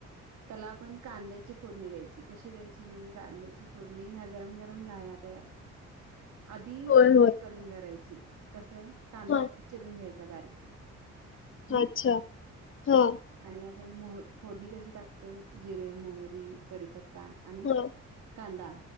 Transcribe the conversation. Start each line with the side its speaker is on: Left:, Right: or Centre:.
Right: त्याला आपण कांद्याची फोडणी द्यायची कशी द्यायची म्हणजे कांद्याची फोडणी ह्या गरम गरम लाया तयार
Left: <inaudible>
Right: आधी
Left: होय होय
Right: करून करायची कस कांदाध
Left: हा
Right: चिरून घ्यायचा बारीक हम्म
Left: अच्छा हा.
Right: आणि आपण मोह फोडणी कशी टाकतोय जिरे मोहरी कडीीपत्ता आणि
Left: हा
Right: कांदा